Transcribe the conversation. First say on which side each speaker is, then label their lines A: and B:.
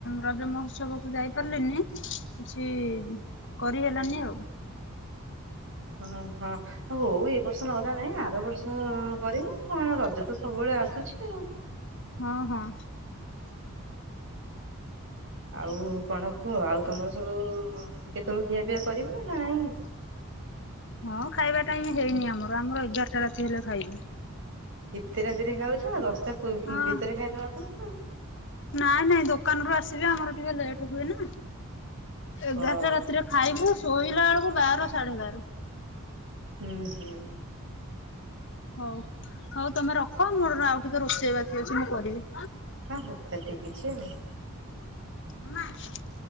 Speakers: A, on the left; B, on the right.
A: ରଜ ମହୋତ୍ସବ କୁ ଯାଇପାରିଲିନି। କିଛି କରିହେଲାନି ଆଉ।
B: ହଁ, ହଁ। ହଉ ଏ ବର୍ଷ ନହଲା ନାହିଁ ଆର ବର୍ଷ କରିବୁ କଣ ରଜ ତ ସବୁବେଳେ ଆସୁଛି। ଆଉ।
A: ହଁ, ହଁ।
B: ଆଉ କଣ କୁହ ଆଉ ତମର ସବୁ କେତେବେଳେ ଖିଆପିଆ କରିବ ନା ନାହିଁ।
A: ହଁ ଖାଇବା ଟାଁ ହେଇନି ଆମର ଆମର ଏଗାରଟା ରାତି ହେଲେ ଖାଇବୁ।
B: ଏତେ ରାତିରେ ଖାଉଚ ଆଉ ଦଶଟା ଭିତରେ
A: ହଁ
B: ଖାଇଦବା କଥା ନାଁ।
A: ନାଇଁ ନାଇଁ ଦୋକାନ ରୁ ଆସିବେ ଆମର ଟିକେ ଲେଟ ହୁଏ ନା ଏଗାରଟା
B: ହଁ
A: ରାତିରେ ଖାଇବୁ ଶୋଇଲା ବେଳକୁ ବାର ସାଢେ ବାର।
B: ହୁଁ, ହୁଁ।
A: ହଉ, ହଉ ତମେ ରଖ। ମୋର ଆଉ ଟିକେ ରୋଷେଇ ବାକି ଅଛି ମୁଁ କରିବି।
B: ହଁ, ହଉ ତାହେଲେ ଠିକ୍ ଅଛି ଆଉ।
A: ମାମା।